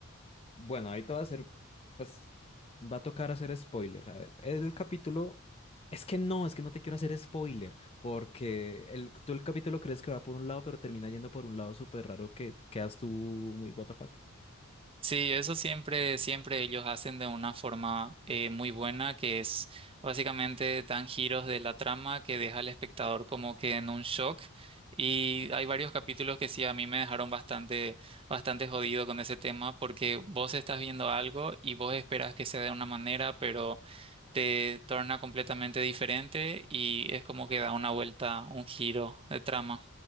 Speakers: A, on the left; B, on the right.
A: Bueno, ahí te va a hacer, pues va a tocar hacer spoiler. A ver, el capítulo, es que no, es que no te quiero hacer spoiler, porque el, tú el capítulo crees que va por un lado, pero termina yendo por un lado súper raro que quedas tú muy what the fuck.
B: Sí, eso siempre, siempre ellos hacen de una forma eh, muy buena, que es básicamente dan giros de la trama que deja al espectador como que en un shock. Y hay varios capítulos que sí a mí me dejaron bastante, bastante jodido con ese tema, porque vos estás viendo algo y vos esperas que sea de una manera, pero te torna completamente diferente y es como que da una vuelta, un giro de trama.